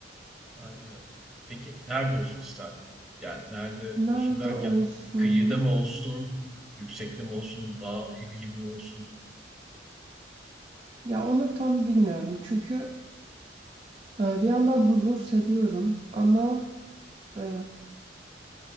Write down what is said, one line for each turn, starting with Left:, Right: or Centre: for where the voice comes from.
Centre: Bence de. Peki nerede olsun isterdin? Yani nerede
Right: Nerede
Centre: olsun derken
Right: olsun?
Centre: kıyıda mı olsun, yüksekte mi olsun, dağ evi gibi mi olsun?
Right: Ya onu tam bilmiyorum. Çünkü eee, bir yandan huzur seviyorum ama eee,